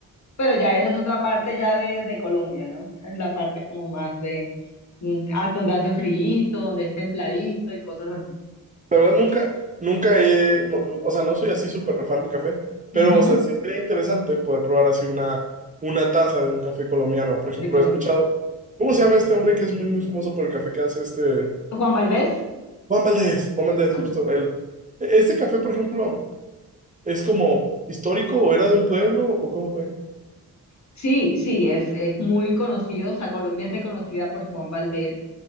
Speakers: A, on the left; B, on the right.
A: pero ya esa es otra parte ya de, de Colombia, ¿no? Esa es la parte como más de mm, ah, donde hace frío, donde es templadito y cosas así.
B: la verdad nunca, nunca he, no- no, o sea, no soy así súper fan del café, pero,
A: Ujú,
B: o sea, sí sería interesante poder probar así una, una taza de un café colombiano. Por ejemplo,
A: de Colombia.
B: he escuchado ¿Cómo se llama este hombre que es muy, muy famoso por el café que hace este?
A: Juan Valdés.
B: Juan Valdez, Juan Valdez,
A: Ah,
B: justo él. E- ¿Ese café, por ejemplo, es como histórico o era de un pueblo o cómo fue?
A: Sí, sí, es, es muy conocido, o sea, Colombia es reconocida por Juan Valdés.